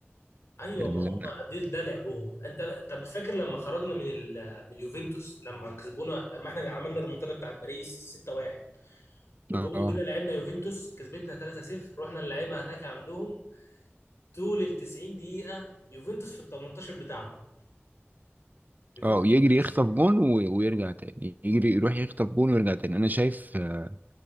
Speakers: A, on the left; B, on the right.
A: ايوه
B: يعني
A: ما
B: اللي
A: هم
B: انا
A: ده ده لعبهم انت طب فاكر لما خرجنا من ال... من اليوفنتوس لما كسبونا لما احنا عملنا الريمونتادا بتاع باريس 6-1 وجينا
B: اه
A: لعبنا يوفنتوس كسبتنا 3-0 رحنا نلعبها هناك عندهم طول ال 90 دقيقه يوفنتوس في ال 18 بتاعهم يوفنتوس
B: اه يجري
A: ما راحتش
B: يخطف جون و- ويرجع تاني يجري يروح يخطف جون ويرجع تاني انا شايف آه،